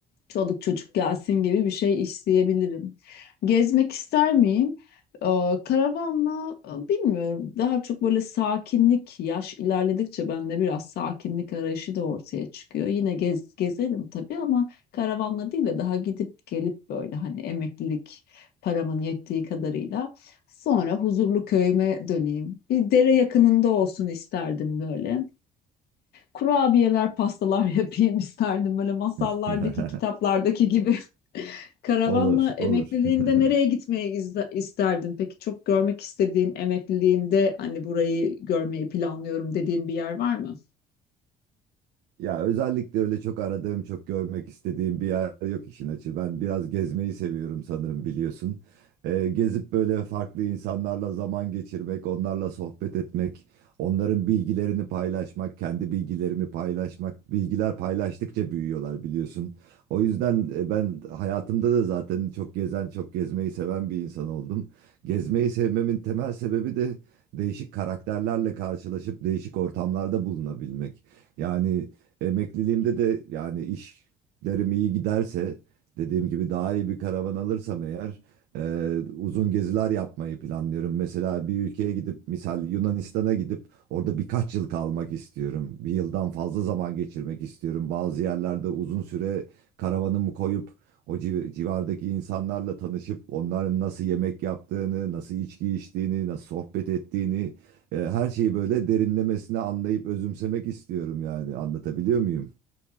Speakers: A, on the left; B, on the right.
A: çoluk çocuk gelsin gibi bir şey isteyebilirim. Gezmek ister miyim? Ee, karavanla e, bilmiyorum. Daha çok böyle sakinlik, yaş ilerledikçe bende biraz sakinlik arayışı da ortaya çıkıyor. Yine gez, gezerim tabii ama karavanla değil de daha gidip gelip böyle hani emeklilik paramın yettiği kadarıyla sonra huzurlu köyüme döneyim. Bir dere yakınında olsun isterdim böyle kurabiyeler, pastalar <laughs> yapayım isterdim. Böyle masallardaki,
B: <laughs>
A: kitaplardaki gibi. <laughs> Karavanla
B: Olur,
A: emekliliğinde
B: olur. <laughs>
A: nereye gitmeyi izle- isterdin? Peki çok görmek istediğin emekliliğinde hani burayı görmeyi planlıyorum dediğin bir yer var mı?
B: Ya özellikle öyle çok aradığım, çok görmek istediğim bir yer yok işin açığı. Ben biraz gezmeyi seviyorum sanırım biliyorsun. Ee, gezip böyle farklı insanlarla zaman geçirmek, onlarla sohbet etmek, onların bilgilerini paylaşmak, kendi bilgilerimi paylaşmak. Bilgiler paylaştıkça büyüyorlar biliyorsun. O yüzden e, ben hayatımda da zaten çok gezen, çok gezmeyi seven bir insan oldum. Gezmeyi sevmemin temel sebebi de değişik karakterlerle karşılaşıp değişik ortamlarda bulunabilmek. Yani Emekliliğimde de yani işlerim iyi giderse dediğim gibi daha iyi bir karavan alırsam eğer e, uzun geziler yapmayı planlıyorum. Mesela bir ülkeye gidip misal Yunanistan'a gidip orada birkaç yıl kalmak istiyorum. Bir yıldan fazla zaman geçirmek istiyorum. Bazı yerlerde uzun süre karavanımı koyup o civ- civardaki insanlarla tanışıp onların nasıl yemek yaptığını, nasıl içki içtiğini, nasıl sohbet ettiğini e, her şeyi böyle derinlemesine anlayıp özümsemek istiyorum yani. Anlatabiliyor muyum?